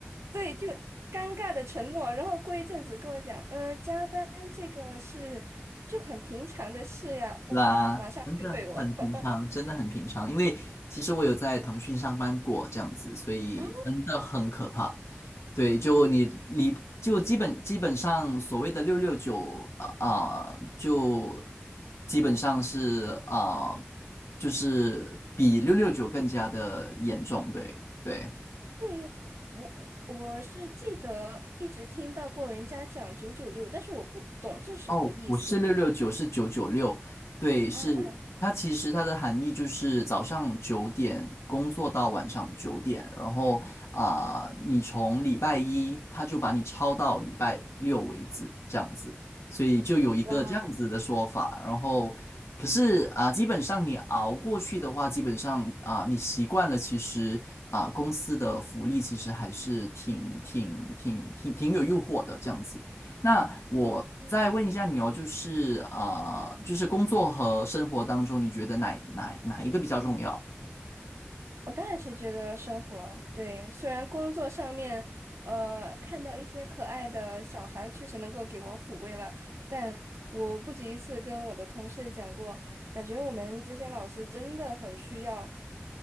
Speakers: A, on the right; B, on the left.
A: 对，就尴尬的沉默，然后过一阵子跟我讲，呃，加班这个是就很平常的事呀，
B: 啦，
A: 我马上就对我。
B: 真的很平常，
A: <laughs>
B: 真的很平常。因为其实我有在腾讯上班过这样子，所以真的很可怕。
A: 哦，
B: 对，就你离就基本基本上所谓的六六九啊，就基本上是啊、就是比六六九更加的严重。对对，
A: 对，我我是记得一直听到过人家讲九九六，但是我不懂这是什么意思。
B: 哦，不是六六九，是九九六。对，是它其实它的含义就是早上九点工作到晚上九点，
A: 啊啊，
B: 然后啊、你从礼拜一他就把你超到礼拜六为止，这样子，所以就有一个这样子的说法。
A: 哇，
B: 然后，可是啊、基本上你熬过去的话，基本上啊、你习惯了，其实啊、公司的福利其实还是挺挺挺挺挺有诱惑的，这样子。那我再问一下你哦，
A: 嗯
B: 就是呃，就是工作和生活当中，你觉得哪哪哪一个比较重要？
A: 我当然是觉得生活，对，虽然工作上面，呃，看到一些可爱的小孩，确实能够给我抚慰了，但我不止一次跟我的同事讲过，感觉我们这些老师真的很需要